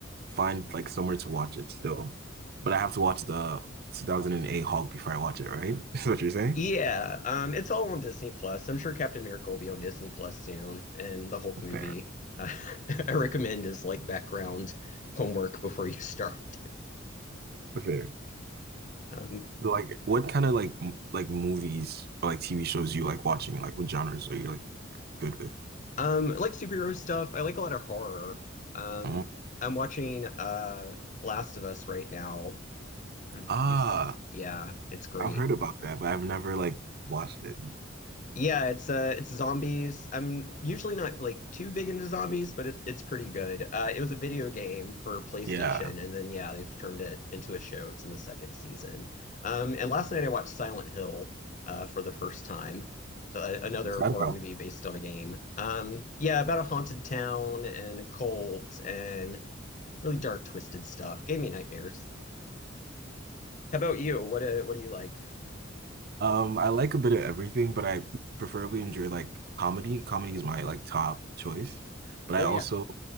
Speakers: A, on the right; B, on the left.
A: find like somewhere to watch it still. But I have to watch the 2008 Hulk before I watch it, right? <laughs> Is what you're saying?
B: Yeah, um, it's all on Disney Plus. I'm sure Captain Miracle will be on Disney Plus soon, and the Hulk movie.
A: Fair.
B: <laughs> I recommend as like background <laughs> homework before you start.
A: Fair.
B: Um,
A: Like, what kind of like m- like movies or like TV shows you like watching? Like, what genres are you like good with?
B: Um, I like superhero stuff. I like a lot of horror. Um,
A: Mhm.
B: I'm watching uh Last of Us right now. If
A: Ah,
B: You, s- yeah, it's great.
A: I've heard about that, but I've never like watched it.
B: Yeah, it's uh it's zombies. I'm usually not like too big into zombies, but it, it's pretty good. Uh it was a video game for PlayStation
A: Yeah.
B: and then yeah, they've turned it into a show. It's in the second season. Um and last night I watched Silent Hill uh for the first time. It's a, another
A: What's that
B: horror
A: about?
B: movie based on a game. Um yeah, about a haunted town and a cult and really dark twisted stuff. Gave me nightmares. How about you? What uh, what do you like?
A: Um, I like a bit of everything, but I preferably enjoy like comedy. Comedy is my like top choice. But
B: Oh
A: I also,
B: yeah.